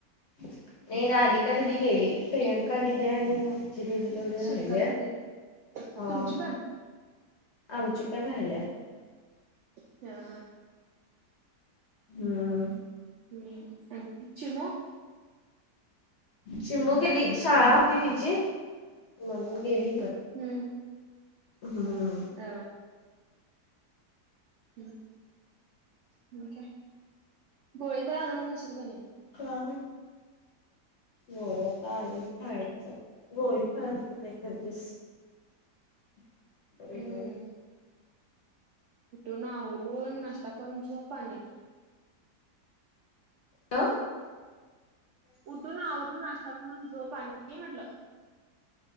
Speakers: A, on the left (about 60°); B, on the right (about 85°).
A: नाही राधिका दिदी गेली. प्रियंका दिदी आणि ती दिदि तेवढी
B: सुरेखा
A: राहिलीय.
B: दिदी
A: हो
B: तुमची पण
A: आमची पण राहिल्या.
B: <unintelligible>
A: हम्म
B: हम्म आणि चिमु
A: चिमू गेली. शाळा होती तिची म्हणून गेली.
B: हम्म
A: हम्म
B: अ हम्म हम्म काय, गोळी तर आणुन खाशील का नाही.
A: <unintelligible> गोळ्यात आणून खायचा. गोळी खा अस काय करतीस. <unintelligible>
B: हम्म उठून आवरून नाष्टा करून झोप आणि.
A: अ
B: उठून आवरून नाश्ता करून झोप आणि म्हटलं.